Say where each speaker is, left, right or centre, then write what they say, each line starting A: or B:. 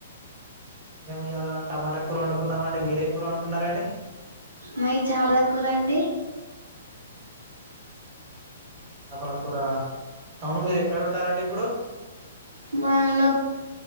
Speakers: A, on the right; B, on the right.
A: మేము ఇయాలా టమాటా కూర వండుకున్నామ అండి మీరేం కూర వండుకున్నారండి
B: మై చాపల కూరండి
A: చాపల కూర అవును మీరు ఎక్కడ ఉంటారండి ఇప్పుడు <inaudible>
B: మన్న